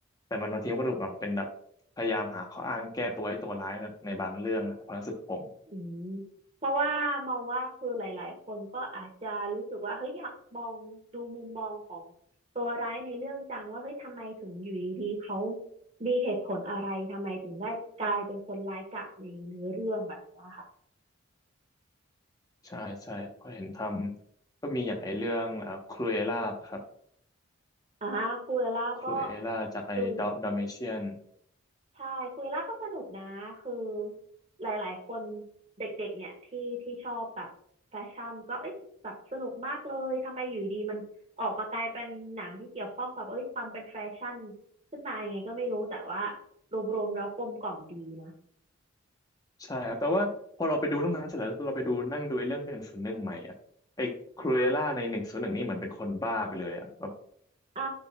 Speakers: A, on the left; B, on the right.
A: แต่มันบางทีมันก็ดูแบบเป็นแบบพยายามหาข้ออ้างแก้ตัวให้ตัวร้ายในบางเรื่องนะความรู้สึกผม
B: อืมเพราะว่ามองว่าคือหลายๆคนก็อาจจะรู้สึกว่าเฮ้ยอยากมองดูมุมมองของตัวร้ายในเรื่องจังว่าเฮ้ยทำไมถึงอยู่ดีๆเขามีเหตุผลอะไรทำไมถึงได้กลายเป็นคนร้ายกาจในเนื้อเรื่องแบบเนี้ยค่ะ
A: ใช่ใช่เพราะเห็นทำก็มีอย่างไอเรื่องเอ่อครูเอล่าครับ
B: อ่าคุเอล่าก็
A: ครูเอล่าจากไอดอดอเมเชียน
B: ดูใช่คุเอล่าก็สนุกนะคือหลายๆคนเด็กๆเนี่ยที่ที่ชอบแบบแฟชั่นก็เอ้ยแบบสนุกมากเลยทำไมอยู่ดีมันออกมากลายเป็นหนังที่เกี่ยวข้องกับเอ้ยความเป็นแฟชั่นขึ้นมายังไงก็ไม่รู้แต่ว่ารวมๆแล้วกลมกล่อมดีนะ
A: ใช่ครับแต่ว่าพอเราไปดูตรองนั้นเสร็จแล้วเราไปดูนั่งดูไอเรื่องหนึ่งศูนย์หนึ่งใหม่อ่ะไอครูเอล่าในหนึ่งศูนย์หนึ่งนี่เหมือนเป็นคนบ้าไปเลยอ่ะแบบ
B: อ่า